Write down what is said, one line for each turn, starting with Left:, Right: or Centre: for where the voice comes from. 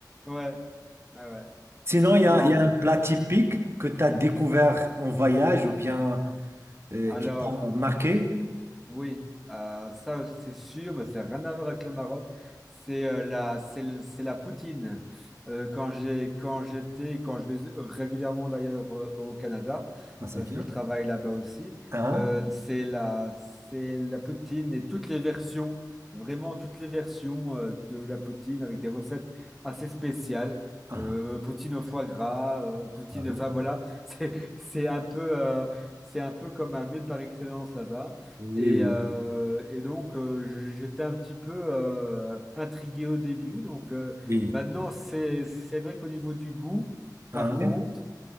Centre: ouais, ouais, ouais.
Right: Sinon, il y a,
Centre: Non.
Right: il y a un plat typique que tu as découvert en voyage ou bien euh,
Centre: Alors,
Right: qui t'a marqué.
Centre: Oui, euh, ça c'est sûr, mais ça n'a rien à voir avec le Maroc. C'est euh, la, c'est, le- c'est la poutine. Euh, quand j'ai, quand j'étais, quand je vais régulièrement d'ailleurs euh, au Canada,
Right: Ah, c'est
Centre: euh, parce
Right: bien.
Centre: que je travaille là-bas aussi,
Right: Hein?
Centre: euh, c'est la, c'est la poutine et toutes les versions, vraiment toutes les versions euh, de la poutine avec des recettes assez spéciales.
Right: Ah,
Centre: Euh, poutine au foie gras, euh, poutine,
Right: ah oui.
Centre: enfin voilà, <laughs> c'est, c'est un peu, euh, c'est un peu comme un mets par excellence là-bas.
Right: Oui,
Centre: Et,
Right: oui,
Centre: euh, et donc, euh, j- j'étais un petit peu euh, intrigué au début. Donc, euh,
Right: oui.
Centre: maintenant, c'est, c'est vrai qu'au niveau du goût,
Right: Ah
Centre: par contre,
Right: ouais.